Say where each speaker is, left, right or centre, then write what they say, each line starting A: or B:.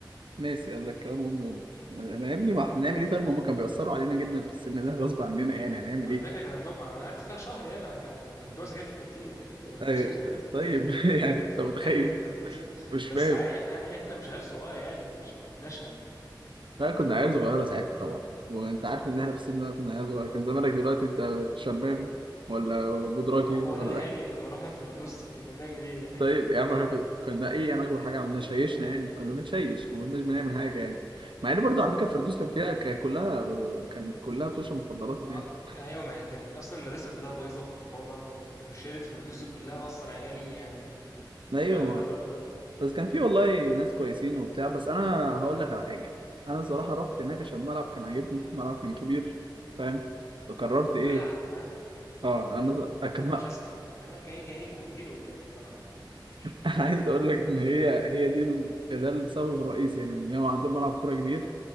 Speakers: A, on the right (about 85°); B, on the left (about 40°).
A: ناسي قال لك كلام امي وامي ما ما يا ابني ما هنعمل ايه طيب هم كانوا بيأثروا علينا جدا في السن ده غصب عننا يعني هنعمل
B: على
A: ايه
B: فكره كان عندهم انا قعدت فيها شهر يعني أنا كان كان بيبيعوا سجاير في الكانتين كانت كانت
A: طيب
B: مصيبه
A: طيب
B: <laughs> كانت
A: <laughs> يعني انت متخيل
B: كانت مصيبه
A: مش
B: بس
A: فاهم
B: عادي احنا احنا مش عيال صغيره يعني مش ما كناش هن
A: لا كنا عيال صغيرة ساعتها طبعا وانت عارف ان احنا في السن ده كنا عيال صغيرة كان زمانك دلوقتي انت شباب ولا بودراجي
B: <laughs> هو
A: ولا
B: احنا يعني لما رحنا الفردوس كنا بنعمل ايه
A: <laughs>
B: يعني
A: طيب يا عم
B: <laughs> فاهم
A: احنا كنا كنا ايه يعني اكبر حاجة عملنا شيشنا يعني كنا بنشيش ما كناش بنعمل حاجة يعني مع ان برضو على فكرة الفردوس كان فيها كان كلها كان كلها بتشرب مخدرات هناك
B: اه ايوه ما هي كانت اصلا المدرسه كلها بايظه وخربانه وشيله الفردوس دي كلها اصلا عيال يعني
A: ايوه
B: ما يعلم بها الا ربنا
A: بس كان في والله ناس كويسين وبتاع بس انا هقول لك على حاجه انا صراحه رحت هناك عشان الملعب كان عاجبني الملعب كان كبير فاهم فقررت
B: الملعب
A: ايه
B: كان عاجبك
A: اه انا أكم...
B: انا
A: <laughs>
B: مش
A: انا
B: عايز أك... انا جاي جاي له هنجيله قدام الملعب ده ماشي
A: عايز اقول لك ان هي هي دي ال... ده السبب الرئيسي يعني ان هو عندهم ملعب كوره كبير